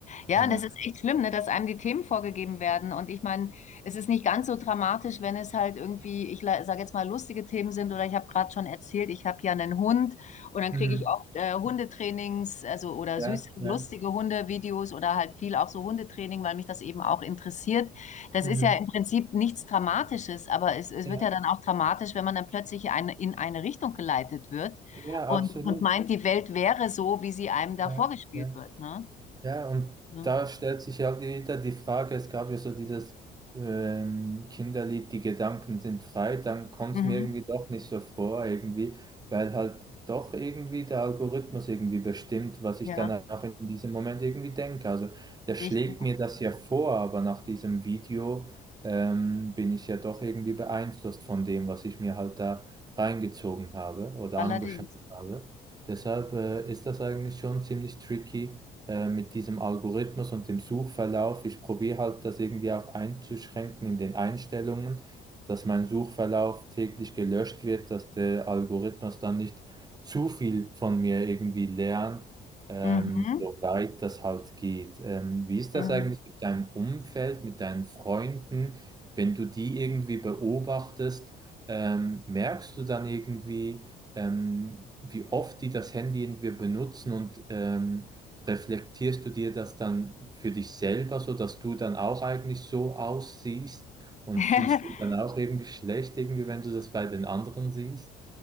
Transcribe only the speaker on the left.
Ja,
und das ist echt schlimm, ne, dass einem die Themen vorgegeben werden. Und ich meine, es ist nicht ganz so dramatisch, wenn es halt irgendwie, ich sage jetzt mal, lustige Themen sind. Oder ich habe gerade schon erzählt, ich habe ja einen Hund und dann
kriege ich oft äh, Hundetrainings, also oder
süße, lustige
Hundevideos oder halt viel auch so Hundetraining, weil mich das eben auch interessiert. Das
ist ja im Prinzip nichts Dramatisches, aber es, es
wird ja dann auch dramatisch, wenn man dann plötzlich eine, in eine Richtung geleitet wird
und,
und meint, die Welt wäre so, wie sie einem da
vorgespielt
wird, ne?
Mhm.
Mhm.
Ja,
richtig.
Allerdings.
Mhm.
Mhm.
<laughs>